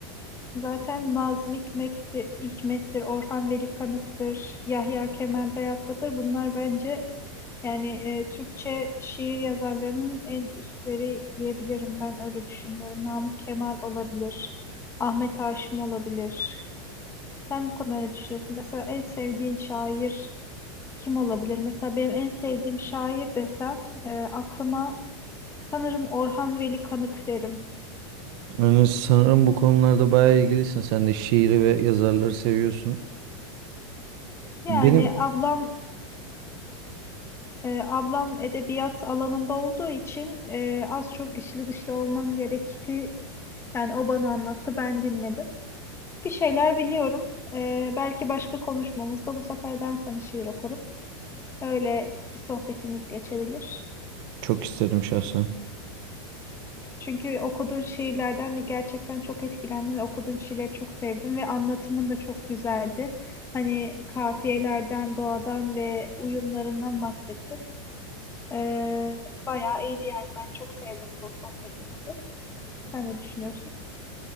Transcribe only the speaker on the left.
Zaten Nazım Hikmet'ti, Hikmet'tir, Orhan Veli Kanık'tır, Yahya Kemal Beyatlı'dır. Bunlar bence yani e, Türkçe şiir yazarlarının en üstleri diyebilirim. Ben öyle düşünüyorum. Namık Kemal olabilir, Ahmet Haşim olabilir. Sen bu konuda ne düşünüyorsun? Mesela en sevdiğin şair kim olabilir? Mesela benim en sevdiğim şair desem e, aklıma sanırım Orhan Veli Kanık derim.
Yani
ablam Ee, ablam edebiyat alanında olduğu için e, az çok içli dışlı olmam gerekti. Yani o bana anlattı, ben dinledim. Bir şeyler biliyorum. Ee, belki başka konuşmamızda bu sefer ben sana şiir okurum. Öyle bir sohbetimiz geçebilir.
Çünkü okuduğun şiirlerden gerçekten çok etkilendim ve okuduğun şiirleri çok sevdim ve anlatımın da çok güzeldi. Hani kafiyelerden, doğadan ve uyumlarından bahsettin. Ee, bayağı iyiydi yani. Ben çok sevdim bu sohbetimizi. Sen ne düşünüyorsun?